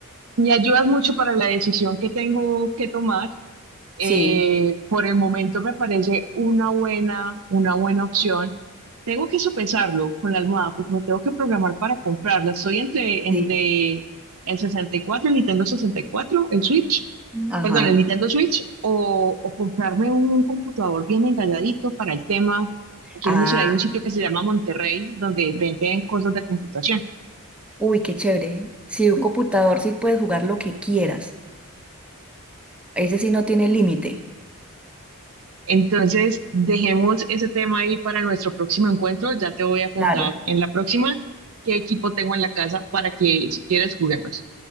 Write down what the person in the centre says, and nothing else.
Sí,
sí,
ajá.
Ah,
uy, qué chévere. Sí, un computador sí puedes jugar lo que quieras. Ese sí no tiene límite.
Claro.